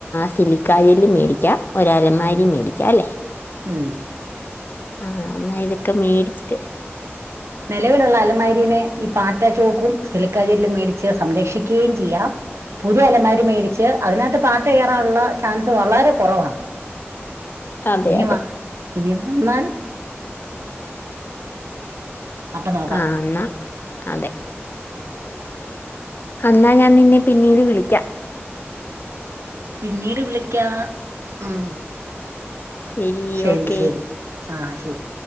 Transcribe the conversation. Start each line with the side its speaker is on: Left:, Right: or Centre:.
Left: സിലിക്കയലും മേടിക്കാം ഒരലമാരിം മേടിക്കാ അല്ലേ
Right: ഉം
Left: ആഹ് എന്നാ ഇതൊക്കെ മേടിച്ചിട്ട്
Right: നെലവിലുള്ള അലമാരീനെ ഈ പാറ്റ ചോക്കും സിലികാരിയെല്ലും മേടിച്ച് സംരക്ഷിക്കുകയും ചെയ്യാം പുതിയ അലമാരി മേടിച്ച് അതിനാത്ത് പാറ്റ കേറാനുള്ള ചാൻസ് വളരെ കൊറവാണ്
Left: അതെ
Right: ഇനി
Left: അതെ
Right: വ ഇനി വന്നാൽ അപ്പൊ നോക്കാം
Left: ആഹ് അന്നാ അതെ അന്നാ ഞാൻ നിന്നെ പിന്നീട് വിളിക്കാം
Right: പിന്നീട് വിളിക്കാ മ്മം
Left: ശരി
Right: ശെരി
Left: ഓക്കെ
Right: ശെരി ആഹ് ശെരി